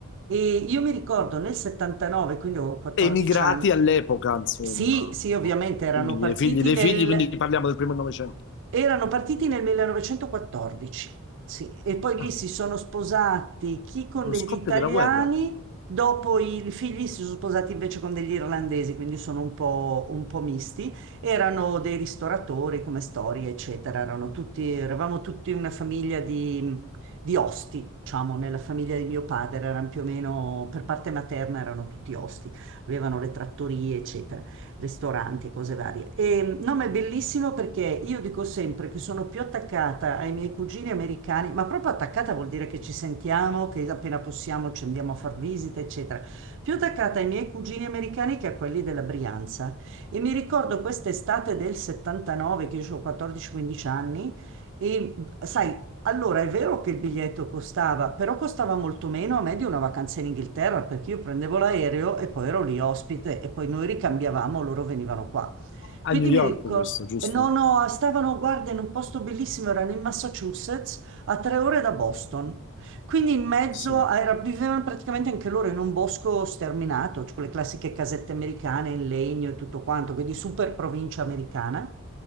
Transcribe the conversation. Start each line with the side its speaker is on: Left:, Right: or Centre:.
Right: E io mi ricordo nel 79, quindi ho 14
Left: Emigrati
Right: anni,
Left: all'epoca, insomma,
Right: sì, sì, ovviamente erano
Left: figli,
Right: partiti
Left: dei figli dei
Right: nel,
Left: figli, quindi parliamo del primo Novecento.
Right: erano partiti nel 1914, sì, e poi
Left: Ah,
Right: lì si sono sposati chi con
Left: allo
Right: degli
Left: scoppio
Right: italiani,
Left: della guerra
Right: dopo i figli si sono sposati invece con degli irlandesi, quindi sono un po', un po' misti. Erano dei ristoratori come storie, eccetera, erano tutti, eravamo tutti una famiglia di, di osti, diciamo, nella famiglia di mio padre erano più o meno, per parte materna erano tutti osti avevano le trattorie, eccetera ristoranti e cose varie. E, no, ma è bellissimo perché io dico sempre che sono più attaccata ai miei cugini americani, ma proprio attaccata vuol dire che ci sentiamo, che appena possiamo ci andiamo a far visite, eccetera. Più attaccata ai miei cugini americani che a quelli della Brianza. E mi ricordo quest'estate del 79, che io ho 14-15 anni. E sai, allora, è vero che il biglietto costava, però costava molto meno a me di una vacanza in Inghilterra, perché io prendevo l'aereo e poi ero lì ospite e poi noi ricambiavamo, loro venivano qua.
Left: a
Right: Quindi
Left: New York,
Right: mi ricordo,
Left: questo, giusto?
Right: no, no, stavano, guarda, in un posto bellissimo, erano in Massachusetts, a tre ore da Boston. Quindi in mezzo
Left: Sì.
Right: a- era- vivevano praticamente anche loro in un bosco sterminato, cioè quelle classiche casette americane in legno e tutto quanto, quindi super provincia americana.